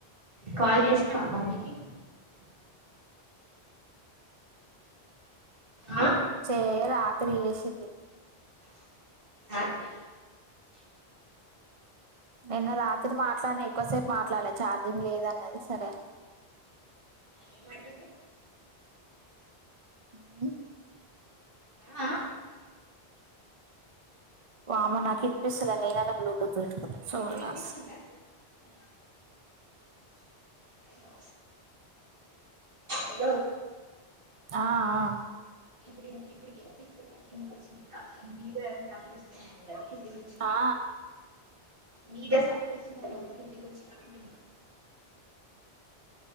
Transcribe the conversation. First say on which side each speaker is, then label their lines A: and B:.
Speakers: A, on the right; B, on the right.
A: కాల్ చేసినా బాబి కి ఆ
B: చే రాత్రి వేసింది
A: రాత్రి
B: నిన్న రాత్రి మాట్లాడినా ఎక్కువసేపు మాట్లాడాలలే ఛార్జింగ్ లేద అన్నది సరే అ
A: ఏమంటుంది
B: ఉమ్
A: ఆ
B: వామనా విన్పిస్తలే నేనన్న బ్లూటూత్ పెట్టుకుంటా సోనా
A: ఇప్పుడు వినిపిస్తుందా హలో హలో
B: ఆ ఆ
A: ఇప్పుడు ఇప్పుడు వినిపిస్తుందా కిందికొచ్చిన మీద దగ్గర ఏదో సౌండ్ వస్తుంది కదా కిందికి వచ్చిన
B: ఆ ఆ
A: మీదే సౌండ్ వచ్చినా కదా కిందికి వచ్చినాంటు